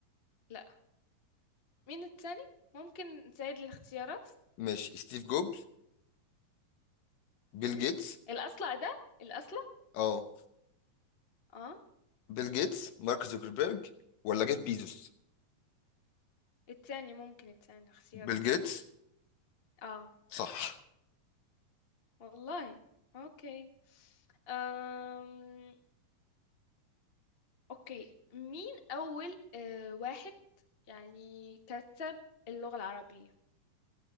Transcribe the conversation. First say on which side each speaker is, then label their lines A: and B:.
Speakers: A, on the left; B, on the left.
A: لا مين التاني ممكن نساعد للاختيارات
B: <laughs> ماشي ستيف جوبز بيل
A: امم
B: جيتس
A: الأصلع ده الأصلع
B: اه
A: اه
B: بيل جيتس مارك زوكربيرج ولا جيف بيزوس
A: التاني ممكن التاني الاختيار
B: بيل
A: التاني
B: جيتس
A: اه
B: صح
A: والله اوكي أم... اوكي مين أول آه واحد يعني كتب اللغة العربية